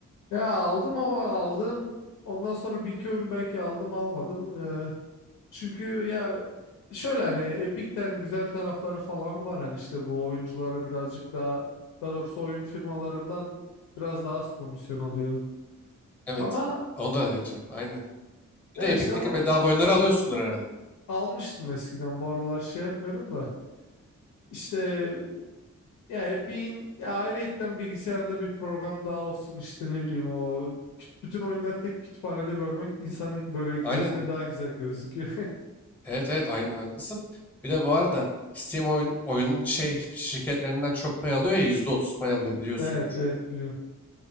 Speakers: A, on the left; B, in the centre.
A: Ya aldım ama aldım. Ondan sonra bir iki oyun belki aldım almadım. Ee, çünkü ya şöyle hani Epic'te hani güzel tarafları falan var. Hani işte bu oyunculara birazcık daha daha doğrusu oyun firmalarından biraz daha az komisyon alıyor.
B: Evet.
A: Ama
B: Onu da diyeceğim. Aynen.
A: ya
B: Bir de
A: işte
B: Epic'teki
A: ama
B: bedava oyunları alıyorsundur herhalde.
A: Almıştım eskiden bu aralar şey yapmıyorum da işte ya Epic'in ya ayrıyetten bilgisayarda bir program daha olsun işte ne bileyim o küt- bütün oyunları tek kütüphanede görmek insanın böyle gözüne
B: Aynen.
A: daha güzel gözüküyor.
B: Evet evet aynen haklısın. Bir de bu arada Steam oyun, oyunun şey şirketlerinden çok pay alıyor ya %30 pay alıyor
A: <laughs>
B: biliyorsundur.
A: Evet evet biliyorum.